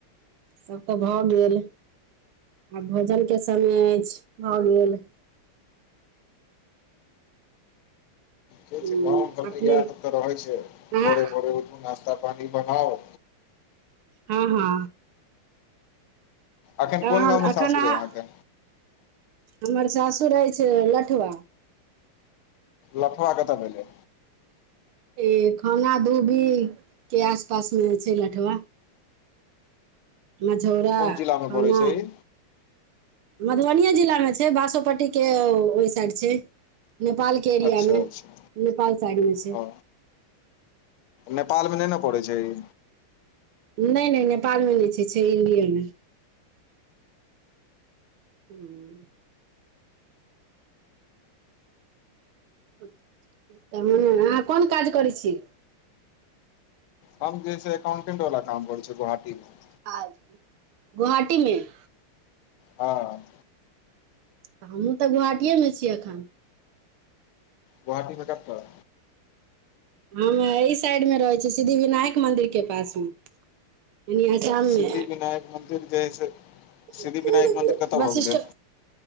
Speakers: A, on the right; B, on the left.
A: सभ तऽ भऽ गेल आब भोजन के समय अछि भ गेल हूँ
B: जे गाँव घर
A: अपने
B: येह सब तऽ रहै छैभोरे
A: अहाँ
B: भौरे उठु नश्ता पानी बनाउ
A: हँ हँ
B: अखन
A: तहन
B: कोन गाँव मे
A: एखन
B: सासुर
A: अह
B: अइ अहाँके
A: हमर सासुर अछि लठवा
B: लठबा कऽ तऽ भेलै
A: ए खाना दूबी के आसपास मे छै लठवा मझौरा
B: कोन जिलामे
A: खाना
B: पड़ै छै ई
A: मधुबनिए जिलामे छै बासोपट्टीके ओय साइड छै नेपाल के एरियामे
B: अच्छा अच्छा
A: नेपाल साइड मे छै
B: हँ नेपालमे नै ने पड़ैत छै ई
A: नै नै नेपालमे नै छै छै इण्डियएमे हूँ त <unintelligible> अहाँ कोन काज करै छी।
B: हम जे छै अकाउंटेंट वाला काम करै छीए गोहाटी मे
A: आ गुवाहाटी में
B: हँ
A: तऽ हमहूँ तऽ गोहाटीएमे छी एखन।
B: गुवाहाटी में कतैऽ
A: हू एहि साइडमे रहैत छीय सिद्धि विनायक मन्दिरके पासमे। अनिए असाममे
B: सिद्धि विनायक मन्दिर जे हइ से
A: <unintelligible>
B: सिद्धि विनायक मन्दिर कतऽ
A: वशिष्ठ
B: भऽ गेलै